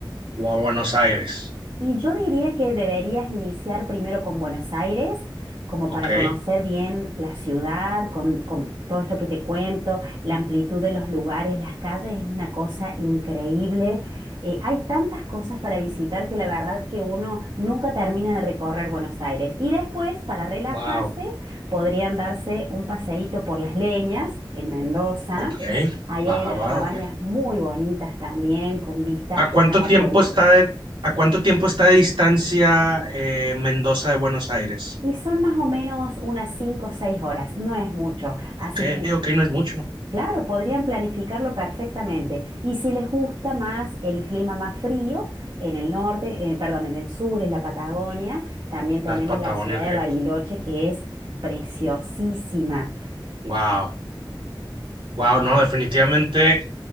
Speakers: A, on the right (about 90°); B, on the right (about 65°).
A: o a Buenos Aires?
B: Y yo diría que deberías iniciar primero con Buenos Aires, como
A: Ok,
B: para conocer bien la ciudad, con, con todo esto que te cuento, la amplitud de los lugares, las calles, es una cosa increíble. Eh, hay tantas cosas para visitar que la verdad que uno nunca termina de recorrer Buenos Aires. Y después, para relajarse,
A: wow,
B: podrían darse un paseíto por Las Leñas, en Mendoza.
A: ok,
B: Ahí
A: baja,
B: hay unas
A: baja,
B: cabañas
A: ok.
B: muy bonitas también, con vista
A: ¿A cuánto
B: a la
A: tiempo
B: cordillera.
A: está de, a cuánto tiempo está de distancia eh, Mendoza de Buenos Aires?
B: Y son más o menos unas 5 o 6 horas, no es mucho. Así
A: Ok,
B: que,
A: ok, no es mucho.
B: claro, podrían planificarlo perfectamente. Y si les gusta más el clima más frío, en el norte, eh, perdón, en el sur, en la Patagonia, también tenemos
A: Las Patagonias,
B: la ciudad de
A: ¿qué?
B: Bariloche, que es preciosísima.
A: Wow, wow, no, definitivamente.